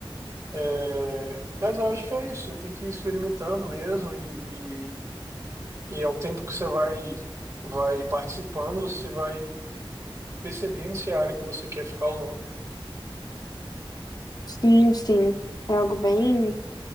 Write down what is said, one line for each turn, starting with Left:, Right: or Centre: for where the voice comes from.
Right: É, mas eu acho que é isso, tem que ir experimentando mesmo e, e, e ao tempo que você vai, vai participando, você vai percebendo se é a área que você quer ficar ou não.
Left: Sim, sim. É algo bem